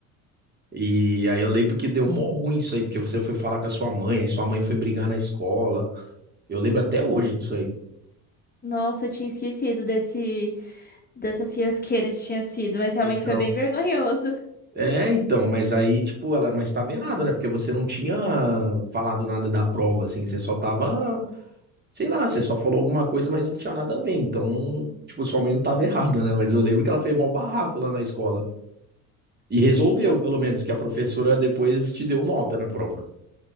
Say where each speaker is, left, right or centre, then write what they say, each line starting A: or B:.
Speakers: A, on the right (about 25°); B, on the left (about 25°).
A: E aí eu lembro que deu mó ruim isso aí, porque você foi falar com a sua mãe, aí sua mãe foi brigar na escola. Eu lembro até hoje disso aí.
B: Nossa, eu tinha esquecido desse dessa fiasqueira que tinha sido, mas realmente
A: Então.
B: foi bem vergonhoso.
A: É, então, mas aí, tipo, ela, mas tava errado, né? Porque você não tinha falado nada da prova, assim, você só tava, sei lá, você só falou alguma coisa, mas não tinha nada a ver. Então, tipo, sua mãe não tava errada, né? Mas eu lembro que ela fez mó barraco lá na escola. E
B: Sim,
A: resolveu,
B: eu,
A: pelo menos, que a professora depois te deu nota na prova.